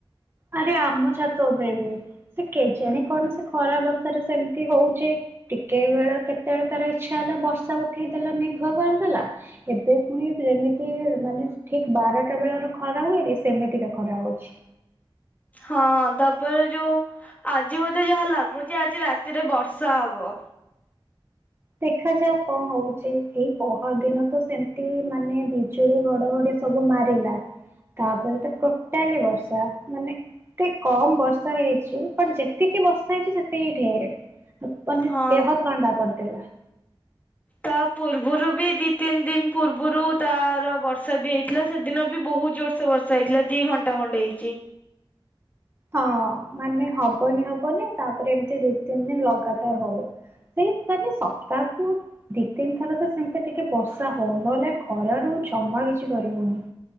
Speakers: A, on the right; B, on the left.
A: ଆରେ ଆମ ଛାତ ଉପରେ ବି ସେ କେଜାଣି କଣ ସେ ଖରା ବର୍ଷା ଟା ସେମିତି ହଉଛି ଟିକେ ବେଳ କେତେବେଳେ ତାର ଇଚ୍ଛା ହେଲା ବର୍ଷା ଉଠେଇଦେଲା ମେଘୁଆ କରିଦେଲା ଏବେ ପୁଣି ଯେମିତି ମାନେ ଠିକ ବାରଟା ବେଳର ଖରା ହୁଏନି ସେମିତିକା ଖରା ହଉଛି
B: ହଁ ତାପରେ ଯୋଉ ଆଜି ବୋଧେ ଯାହା ଲାଗୁଛି ଆଜି ରାତିରେ ବର୍ଷା ହବ
A: ଦେଖାଯାଉ କଣ ହଉଛି ଏଇ ପହର ଦିନ ତ ସେମିତି ମାନେ ବିଜୁଳି ଘଡଘଡି ସବୁ ମାରିଲା ତାପରେ ତ ଟୋଟାଲି ବର୍ଷା ମାନେ ଏତେ କମ୍ ବର୍ଷା ହେଇଚି ବଟ ଯେତିକି ବର୍ଷା ହେଇଚି ସେତିକି ଢ଼େରେ। <unintelligible>
B: ହଁ ତା ପୂର୍ବରୁ ବି ଦି ତିନି ଦିନ ପୂର୍ବରୁ ତାର ବର୍ଷା ବି ହେଇଥିଲା ସେଦିନ ବି ବହୁତ ଜୋରସୋ ବର୍ଷା ହେଇଥିଲା ଦି ଘଣ୍ଟା ଖଣ୍ଡେ ହେଇଛି
A: ହଁ ମାନେ ହବନି ହବନି ତାପରେ ଏମିତି ଦି ତିନି ଦିନ ଲଗାତାର ହଉ ସେଇ ମାନେ ସପ୍ତାହକୁ ଦି ତିନି ଥର ତ ସେମିତି ଟିକେ ବର୍ଷା ହଉ ନହେଲେ ଖରାରୁ ଜମା କିଛି କରିହଉନି।